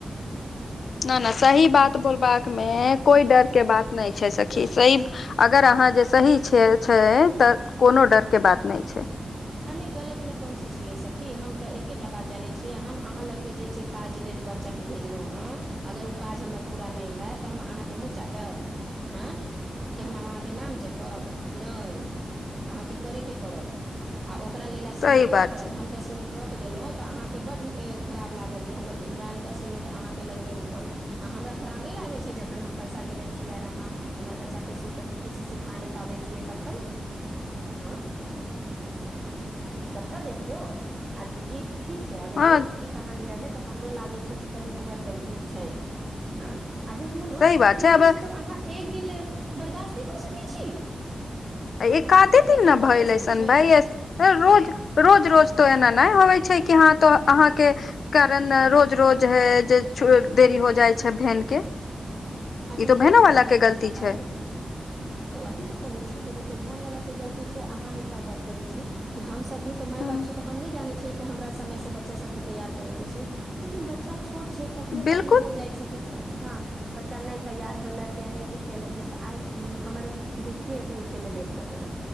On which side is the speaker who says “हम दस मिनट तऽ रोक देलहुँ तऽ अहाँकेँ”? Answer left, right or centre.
Right